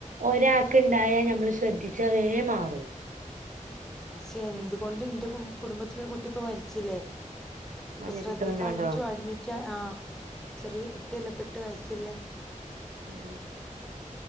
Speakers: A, on the right; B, in the centre.
A: ഒരാൾക്ക് ഉണ്ടായാ നമ്മള് ശ്രദ്ധിച്ച വേമാറും
B: പക്ഷെ എന്തുകൊണ്ട് എന്റെ കുടുംബത്തിലൊരു കുട്ടി ഇപ്പൊ മരിച്ചില്ലേ അപ്പൊ
A: മഞ്ഞപ്പിത്തം
B: ശ്രദ്ധിക്കാഞ്ഞിട്ടു
A: വന്നാണ്ടോ
B: അഡ്മിറ്റ് ആ് ചെറിയ കുട്ടിയല്ല എട്ടു വയസില്ലേ
A: ഉം